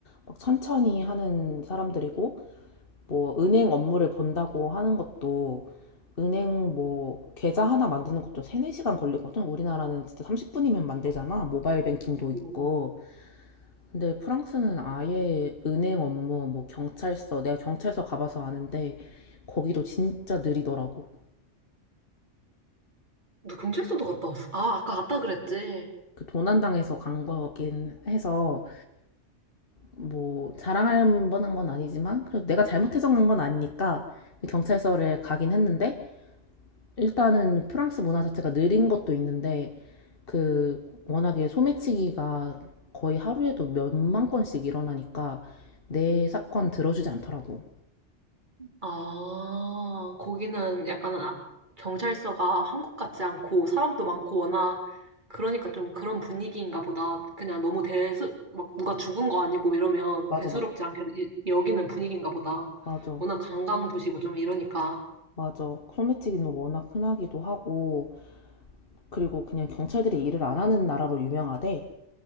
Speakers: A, on the left; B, on the right.
A: 막 천천히 하는 사람들이고 뭐 은행 업무를 본다고 하는 것도 은행 뭐 계좌 하나 만드는 것도 3, 4시간 걸리거든. 우리나라는 진짜 30분이면 만들잖아. 모바일 뱅킹도 있고.
B: 음.
A: 근데 프랑스는 아예 은행 업무, 뭐 경찰서, 내가 경찰서 가봐서 아는데 거기도 진짜 느리더라고.
B: 너 경찰서도 갔다 왔어. 아, 아까 갔다 그랬지.
A: 그 도난당해서 간 거긴 해서 뭐 자랑할 만한 건 아니지만 그래도 내가 잘못해서 간 건 아니니까 경찰서를 가긴 했는데 일단은 프랑스 문화 자체가 느린 것도 있는데 그 워낙에 소매치기가 거의 하루에도 몇만 건씩 일어나니까 내 사건 들어주지 않더라고.
B: 아, 거기는 약간 아- 경찰서가 한국 같지 않고 사람도 많고 워낙 그러니까 좀 그런 분위기인가 보다. 그냥 너무 대수, 막 누가 죽은 거 아니고 이러면
A: 맞아,
B: 대수롭지
A: 맞아,
B: 않게 이- 여기는 분위기인가 보다.
A: 맞아,
B: 워낙 관광 도시고 좀 이러니까.
A: 맞아. 소매치기는 워낙 흔하기도 하고, 그리고 그냥 경찰들이 일을 안 하는 나라로 유명하대.